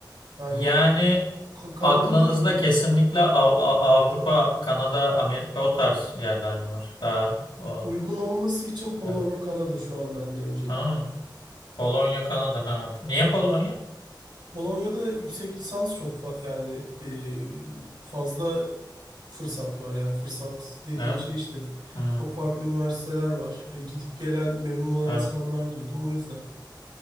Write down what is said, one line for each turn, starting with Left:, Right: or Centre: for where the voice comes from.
Right: Yani
Left: Yani
Right: Ka- Kanada'da
Left: Aklınızda
Right: buldum.
Left: kesinlikle Av- Av- Avrupa, Kanada, Amerika o tarz yerler mi var? Daha o.
Right: Uygun olması için Polonya,
Left: Evet.
Right: Kanada şu an bende öncelikli.
Left: Aa, Polonya, Kanada. Ha. Niye Polonya?
Right: Polonya'da yüksek lisans çok fa- yani e, fazla fırsat var. Yani fırsat dediğim
Left: Evet.
Right: şey işte
Left: Hmm,
Right: çok farklı üniversiteler var. E, gidip gelen memnun olan
Left: evet.
Right: insanlar duydum o yüzden.